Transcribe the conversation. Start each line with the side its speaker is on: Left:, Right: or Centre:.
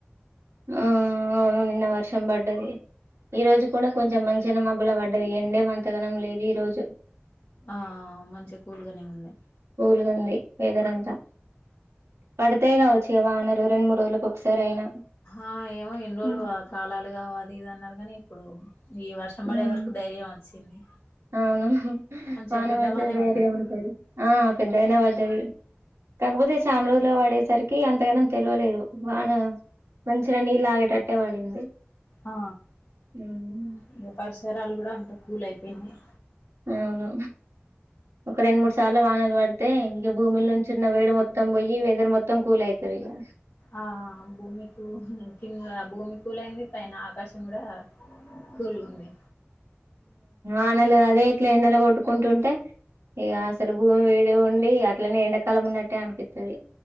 Right: ఆ అవును నిన్న వర్షం పడ్డది ఈ రోజు కూడా కొంచెం మంచి జన మబ్బులా పడ్డది ఎండే మంతగనం లేదు ఈ రోజు
Left: ఆ మంచి కూల్గానే ఉంది
Right: ఓలుగుంది వేదరంతా పడితే కావచ్చు ఇగ వానలు రెండు మూడు రోజులకు ఒకసారి అయినా
Left: ఆ ఏమో ఎన్ని రోజులు
Right: ఉ
Left: కాలాలుగా అది ఇది అన్నారు కానీ ఇప్పుడు ఈ వర్షం పడే
Right: ఉ
Left: వరకు ధైర్యం వచ్చింది
Right: అవును
Left: మంచిగా
Right: వాన
Left: పెద్దవానే
Right: పడితే ధైర్యం
Left: పడ్డది
Right: ఉంటది ఆ పెద్దగనే పడ్డది కాకపోతే చాన్ రోజులకు వడేసరి కి అంతగానం తెలువలేదు వాన మంచినె నీళ్ళు ఆగేటట్టే పడింది
Left: ఆ
Right: హ్మ్.
Left: ఇంకా పరిసరాలు కూడా అంత కూల్ అయిపోయినయ్
Right: అవును ఒక రెండు మూడు సార్లు వానలు పడితే ఇగ భూమిల నుంచిన్న వేడు మొత్తం పోయి ఈ వెదర్ మొత్తం కూల్ అయితది గ
Left: ఆ భూమికు కింద భూమి పూలయింది పైన ఆకాశ కూడా కూల్గుంది
Right: ఆనలు అదే ఇట్లా ఎండలు కొట్టుకుంటుంటే ఇగ అసలు భూమి వీడి ఉండి అట్లనే ఎండకాలం ఉన్నట్టే అనిపిస్తుంది